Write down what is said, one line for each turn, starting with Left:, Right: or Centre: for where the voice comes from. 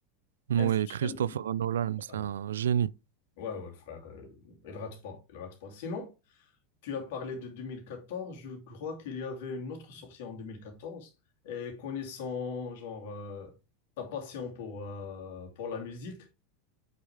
Right: Oui,
Left: Inception,
Right: Christopher Nolan, c'est
Left: ouais,
Right: un génie.
Left: ouais, ouais, frère, euh, il rate pas, il rate pas. Sinon, Tu as parlé de 2014, je crois qu'il y avait une autre sortie en 2014. Et connaissant genre euh, ta passion pour, euh, pour la musique,